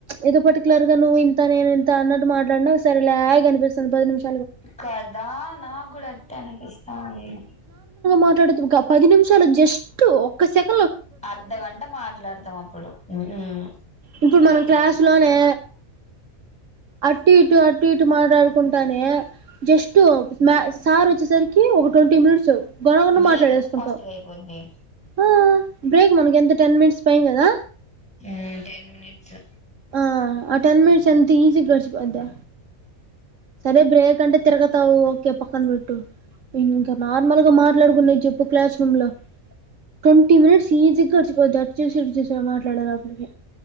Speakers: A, on the right; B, in the centre.
A: ఏదో ప్చ్ పట్టికు లర్ గా నువ్వు ఇంత నేను ఇంత అన్నట్టు మాట్లాడినా సరలే అనిపిస్తుంది ప్రతి నిమిషం
B: కదా నాకు కూడా అట్టే అనిపిస్తా ఉంది
A: మాట్లాడుతూ ఒక పది నిమిషాలే జస్ట్ ఒక సెక
B: అర్ధగంట మాట్లాడుతాం అప్పుడు మ్మ్
A: ఇప్పుడు మనం క్లాసులోనే అటు ఇటు అ అటు ఇటు మాట్లాడుకుంటానే జస్ట్ మా సార్ వచ్చేసరికి ఒక ట్వంటీ మినిట్స్ గొడవున్న
B: బ్రేక్
A: మాట్లాడేసుకుంటాం
B: ఎంత ఫాస్ట్ గా అయిపోద్ది
A: ఆ బ్రేక్ మనకి ఎంత టెన్ మినిట్స్ టైమ్ కదా
B: మ్మ్ టెన్ మినిట్స్
A: ఆ ఆ టెన్ మినిట్స్ ఎంత ఈజీగా గడిచిపోద్దో సరే బ్రేక్ అంటే తిరగతావు ఓకే పక్కన పెట్టు ఇంకా నార్మల్ గా మాట్లాడుకున్నా చెప్పు క్లాస్ రూమ్ లో ట్వంటీ మినిట్స్ ఈజీగా గడిచిపొద్ది అటు చూసి ఇటు చూసి మాట్లాడేలోపలికి